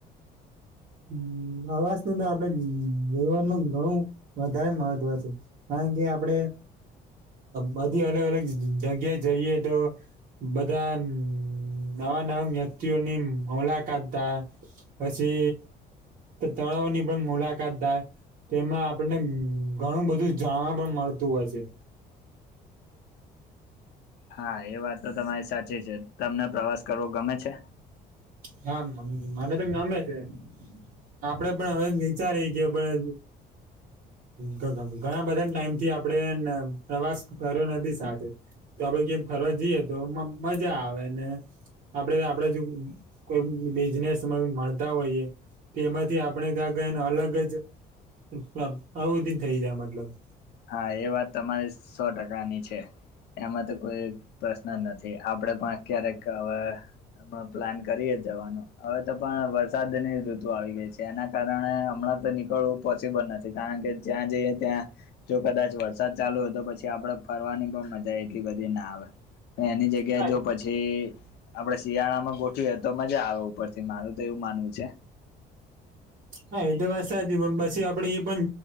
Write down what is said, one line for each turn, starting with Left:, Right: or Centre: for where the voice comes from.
Right: હમ હવા તો આપડે જેવન ન ઘણું વધારે મહત્વ છે. કારણ કે આપણે બધી અલગ અલગ જગ્યા જઈએ તો બધા નવા નવા વ્યક્તિઓની મુલાકાત થાય. જે તળોની પણ મુલાકાત થાય. તેમાં આપણને ઘણું બધું જાણવા પણ મળતું હોય છે.
Left: હા એ વાત તો તમારી સાચી છે તમને પ્રવાસ કરવો ગમે છે?
Right: હા મને તો ગમે છે. આપડે પણ હવે વિચારી ગ પણ હ ઘણા બધા ટાઈમ થી આપણે પ્રવાસ કર્યો નથી સાથે. તો આપડે કેમ ફરવા જઈએ તો એમાં મજા આવે ને, આપડે આપડ જો કોઈ બિઝનેસ મળતા હોઈએ, તો એમાંથી આપણે ક્યા કને અલગ જ આવુંધીન થઈ જાય મતલબ.
Left: હા એ વાત તમારી સો ટકાની છે. એમાં તો કોઈ પ્રશ્ન નથી આપડે પણ ક્યારેક હવે હ પ્લાન કરીએ જવાનો હવે તો પણ વરસાદની ઋતુ આવી ગઈ છે એના કારણે હમણાં તો નીકળવું પોસિબલ નથી કારણ કે જ્યાં જઈએ ત્યાં જો કદાચ વરસાદ ચાલુ હોય તો પછી આપડે ફરવાની પણ મજા એટલી બધી ના આવે એની જગ્યા
Right: હા
Left: કેજો પછી આપડે શિયાળામાં ગોઠવી એ તો મજા આવે ઉપરથી મારું તો એવું માનવું છે.
Right: હા એ તો વાત સાચી પણ પછી આપડે એ પણ